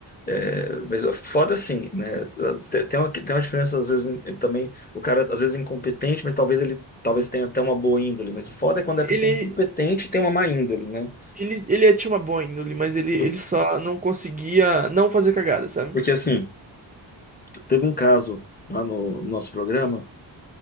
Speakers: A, on the left; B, on the right.
A: É, mas é foda assim, né? Te- Tem uma, tem uma diferença, às vezes, em- também. O cara, às vezes, é incompetente, mas talvez ele talvez tenha até uma boa índole. Mas o foda é quando é
B: Ele,
A: pessoa é competente e tem uma má índole, né?
B: Ele, ele tinha uma boa índole, mas ele, ele
A: Por-
B: só não conseguia não fazer cagada, sabe?
A: Porque, assim, teve um caso lá no, no nosso programa